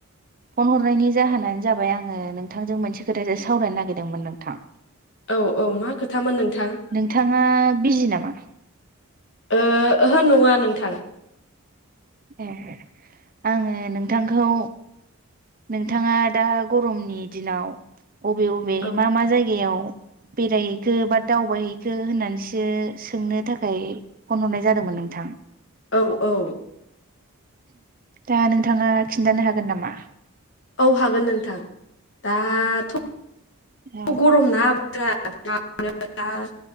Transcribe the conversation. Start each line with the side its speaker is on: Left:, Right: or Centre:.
Right: फन हरनायनि जाहोनानो जाबाय आङो नोंथांजों मोनसे खोथाजों सावरायनो नागिरदोंमोन नोंथां।
Left: औ औ मा खोथामोन नोंथां?
Right: नोंथाङा बिजि नामा?
Left: ओ-ओहो नङा नोंथां।
Right: एह आङो नोंथांखौ। नोंथाङा दा गरमनि दिनाव। अबे अबे
Left: औ
Right: मा मा जायगायाव? बेरायहैखो बा दावबायहैखो होननानैसो सोंनो थाखाय फन हरनाय जादोंमोन नोंथां।
Left: औ औ।
Right: दा नोंथाङा खिन्थानो हागोन नामा?
Left: औ हागोन नोंथां दाथ'
Right: औ
Left: गरम ना बोथोरा। <unintelligible>